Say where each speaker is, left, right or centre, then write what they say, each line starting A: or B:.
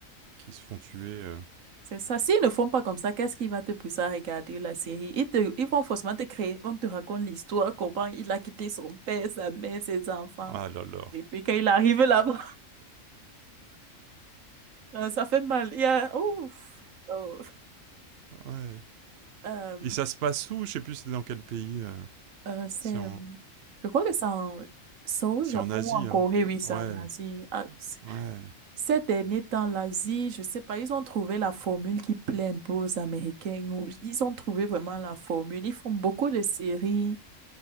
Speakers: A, on the right; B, on the right.
A: qui se font tuer. euh.
B: C'est ça. S'ils ne font pas comme ça, qu'est-ce qui va te pousser à regarder la série? Ils te- ils vont forcément te créer, on te raconte l'histoire, comment il a quitté son père, sa mère, ses enfants.
A: Ah là là.
B: Et puis quand il arrive là-bas, <laughs> euh, ça fait mal. Il y a, ouf, oh.
A: Ouais.
B: Euh,
A: Et ça se passe où Je sais plus c'est dans quel pays. euh.
B: euh, c'est,
A: C'est en
B: je crois que c'est en- c'est au
A: c'est
B: Japon
A: en Asie
B: ou en Corée,
A: hein.
B: oui, c'est
A: Ouais
B: en
A: ouais.
B: Asie. Ah, c-
A: Ouais.
B: ces derniers temps, l'Asie, je sais pas, ils ont trouvé la formule qui plaît un peu aux Américains. ou Ils ont trouvé vraiment la formule. Ils font beaucoup de séries.